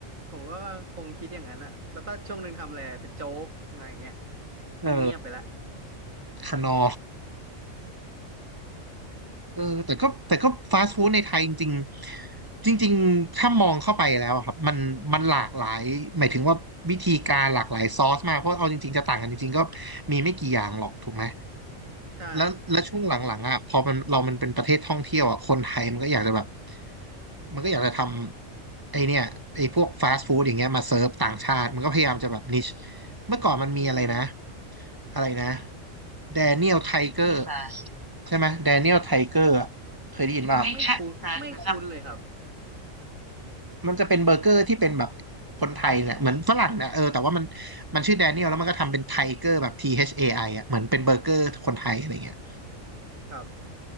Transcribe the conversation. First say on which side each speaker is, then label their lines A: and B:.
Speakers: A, on the right (about 75°); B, on the right (about 15°).
A: ผมก็คงคิดอย่างนั้นอ่ะแล้วก็ช่วงหนึ่งทำอะไรเป็นโจ๊กอะไรอย่างเงี้ยช่วงนี้เงียบไปละ
B: เออคนอ เออแต่ก็แต่ก็ฟาสต์ฟู้ดในไทยจริงๆจริงๆถ้ามองเข้าไปแล้วอะครับมันมันหลากหลายหมายถึงว่าวิธีการหลากหลายซอสมากเพราะเอาจริงๆจะต่างกันจริงๆก็มีไม่กี่อย่างหรอกถูกไหม
A: <laughs> ใช่
B: แล้วแล้วช่วงหลังๆอ่ะพอมันเรามันเป็นประเทศท่องเที่ยวอ่ะคนไทยมันก็อยากจะแบบมันก็อยากจะทำไอเนี่ยไอพวกฟาสต์ฟู้ดอย่างเงี้ยมาเซิร์ฟต่างชาติมันก็พยายามจะแบบนิชเมื่อก่อนมันมีอะไรนะ
A: อืม
B: อะไรนะแดเนียลไทเกอร์ ใช่ไหมแดเนียลไทเกอร์เคยได้ยินป่ะครับไม่ใช่
A: ไม่คุ้นไม่คุ้นเลยครับ
B: นะครับมันจะเป็นเบอร์เกอร์ที่เป็นแบบคนไทยเนี่ยเหมือนฝรั่งเนี่ยเออแต่ว่ามันมันชื่อแดเนียลแล้วมันก็ทำเป็นไทเกอร์แบบ T H A I อไออ่ะเหมือนเป็นเบอร์เกอร์คนไทยอะไรเงี้ย
A: ครับ